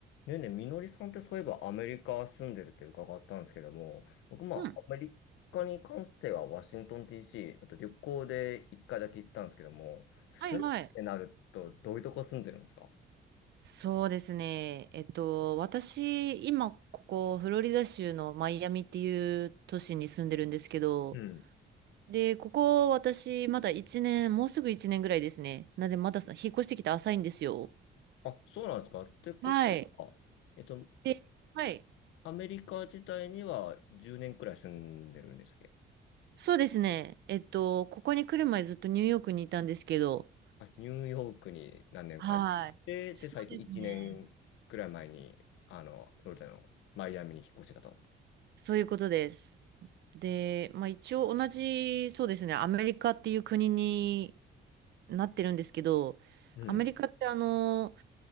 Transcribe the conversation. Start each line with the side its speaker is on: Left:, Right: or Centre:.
Left: ねえねえ、みのりさんってそういえばアメリカ住んでるって伺ったんですけども、僕まあアメリカに関してはワシントン
Right: うん。
Left: DC、あと旅行で一回だけ行ったんですけども、住むってなるとどういうとこ住んでるんですか
Right: はいはい。そうですね。えっと、私、今、ここ、フロリダ州のマイアミっていう都市に住んでるんですけど、
Left: うん。
Right: で、ここ、私、まだ1年、もうすぐ1年ぐらいですね。なんで、まださ引っ越してきて浅いんですよ。
Left: あ、そうなんですかってこと、
Right: はい。
Left: あ、えっと、
Right: で、はい。
Left: アメリカ自体には10年くらい住んでるんでしたっけ
Right: そうですね。えっと、ここに来る前ずっとニューヨークにいたんですけど、
Left: あ、ニューヨークに何年か行って、
Right: はい。そうですね。
Left: で、最近1年くらい前に、あの、フロリダのマイアミに引っ越してたと。
Right: そういうことです。で、まあ一応同じ、そうですね、アメリカっていう国になってるんですけど、
Left: うん
Right: アメリカってあの、